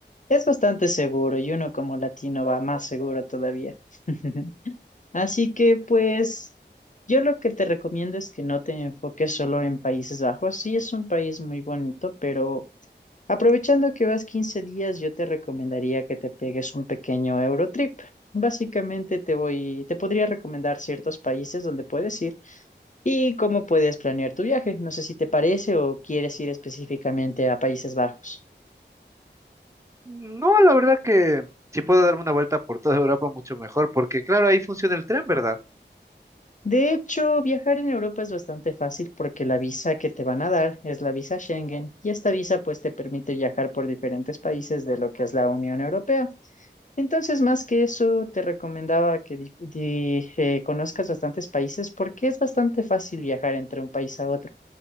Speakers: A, on the left; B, on the right.
A: es bastante seguro y uno como latino va más seguro todavía. <laughs> Así que pues yo lo que te recomiendo es que no te enfoques solo en Países Bajos. Sí, es un país muy bonito, pero aprovechando que vas 15 días, yo te recomendaría que te pegues un pequeño Eurotrip. Básicamente te voy, te podría recomendar ciertos países donde puedes ir y cómo puedes planear tu viaje. No sé si te parece o quieres ir específicamente a Países Bajos.
B: No, la verdad que si puedo darme una vuelta por toda <laughs> Europa, mucho mejor, porque claro, ahí funciona el tren, ¿verdad?
A: De hecho, viajar en Europa es bastante fácil porque la visa que te van a dar es la visa Schengen y esta visa pues te permite viajar por diferentes países de lo que es la Unión Europea. Entonces, más que eso, te recomendaba que di- di- eh, conozcas bastantes países porque es bastante fácil viajar entre un país a otro.